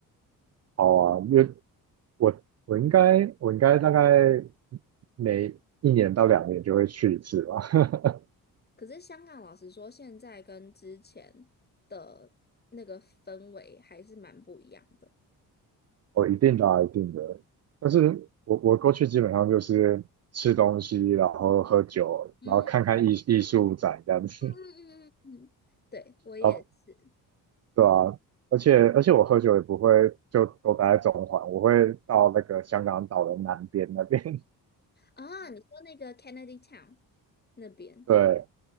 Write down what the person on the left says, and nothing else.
可是香港老实说，现在跟之前的那个氛围还是蛮不一样的。
嗯
嗯嗯嗯嗯，嗯对，我也是
啊。你说那个 Kennedy Town 那边。